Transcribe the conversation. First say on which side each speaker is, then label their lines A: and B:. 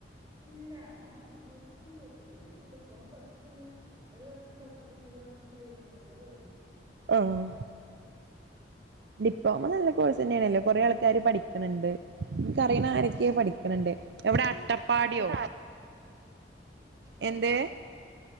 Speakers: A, on the right; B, on the right.
A: ഇല്ല ഞാൻ ജോലിക്കൊന്നും പോയിട്ടില്ല ഞാന് ഡിപ്ലോമ പഠിച്ചു പിന്നെ ഒരു വർഷം പഠിച്ചു പിന്നെ ഒരു വർഷം ട്രെയിനിങ് അങ്ങനെ പോയി
B: ആഹ് ഡിപ്ലോമ നല്ല കോഴ്സ് തന്നെയണല്ലേ കുറെ ആൾക്കാര് പഠിക്കണണ്ട് എനിക്കറിയണ ആരൊക്കയോ പഠിക്കണണ്ട് എവിടെ അട്ടപ്പാടിയോ
A: ആഹ്
B: എന്ത്